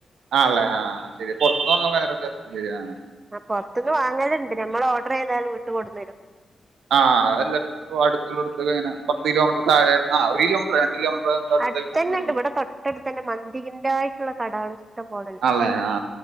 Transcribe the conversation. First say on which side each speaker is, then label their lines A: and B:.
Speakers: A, on the right; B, on the right.
A: ആണല്ലെ ആ ശരി പൊറത്ത്ന്ന് വാങ്ങുമ്പോൾ വെറൊരു ടേസ്റ്റ് ശെരിയാ
B: ആ പുറത്ത്ന്ന് വാങ്ങലുണ്ട് നമ്മള് ഓർഡർ ചെയ്താല് വീട്ട് കൊണ്ടു വരും.
A: ആഹ് അതല്ല അട്ത്ത് ഇപ്പ അടുത്തുള്ളടുത്തത്ത് അനെ പത്ത് കിലോമീറ്റർ താഴെ ആ ഒരു കിലോമീറ്റർ രണ്ട് കിലോമീറ്റർ. അടുത്തേക്ക്
B: അടുത്തെന്നെ
A: കൊണ്ടു കൊടുക്കും
B: ഉണ്ട് ഇവിടെ തൊട്ടടുത്ത് തന്നെ മന്തിന്റ തായിട്ടുള്ള കടാള് ഇഷ്ടം പോലണ്ട്
A: ആണല്ലേ ആ